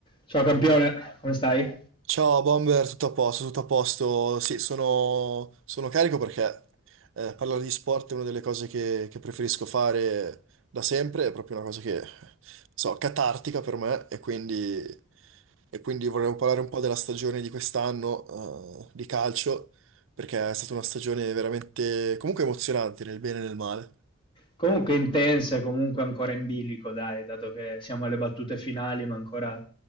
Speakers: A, on the left (about 25°); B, on the right (about 65°).
A: Ciao campione, come stai?
B: Ciao Bomber, tutto a posto, tutto a posto. Sì, sono, sono carico perché eh, parlare di sport è una delle cose che, che preferisco fare da sempre, è proprio una cosa che, so, catartica per me e quindi, e quindi vorrei parlare un po' della stagione di quest'anno eh, di calcio, perché è stata una stagione veramente comunque emozionante nel bene e nel male.
A: Comunque intense, comunque ancora in bilico, dai, dato che siamo alle battute finali, ma ancora